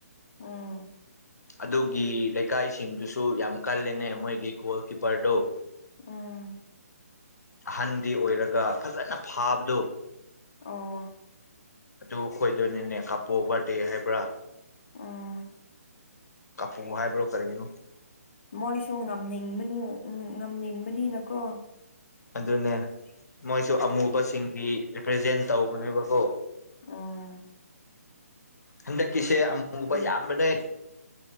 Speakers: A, on the left (about 45°); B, on the left (about 85°).
A: ꯑꯣ
B: ꯑꯗꯨꯒꯤ ꯂꯩꯀꯥꯏꯁꯤꯡꯗꯨꯁꯨ ꯌꯥꯝ ꯀꯜꯂꯦꯅꯦ ꯃꯣꯏꯒꯤ ꯒꯣꯜ ꯀꯤꯞꯄꯔꯗꯨꯣ
A: ꯎꯝ
B: ꯑꯍꯟꯗꯤ ꯑꯣꯏꯔꯒ ꯐꯖꯅ ꯐꯥꯕꯗꯣ
A: ꯑꯣ
B: ꯑꯗꯨ ꯈꯈꯣꯏꯗꯣꯏꯅꯤꯅꯦ ꯀꯥꯄꯣ ꯕꯥꯔꯗꯦ ꯍꯥꯏꯕ꯭ꯔꯥ
A: ꯎꯝ
B: ꯀꯥꯄꯨ ꯍꯥꯏꯕ꯭ꯔꯣ ꯀꯔꯤꯒꯤꯅꯣ
A: ꯃꯣꯏꯁꯨ ꯉꯝꯅꯤꯡꯕꯅꯤ ꯎ ꯉꯝꯅꯤꯡꯕꯅꯤꯅꯀꯣ
B: ꯑꯗꯨꯅꯦ ꯃꯣꯏꯁꯨ ꯑꯃꯨꯕꯁꯤꯡꯒꯤ ꯔꯤꯄ꯭ꯔꯖꯦꯟ ꯇꯧꯕꯅꯦꯕꯀꯣ
A: ꯑꯣ
B: ꯍꯟꯗꯛꯀꯤꯁꯦ ꯑꯃꯛ ꯄ
A: ꯑꯦ
B: ꯌꯥꯝꯅꯦ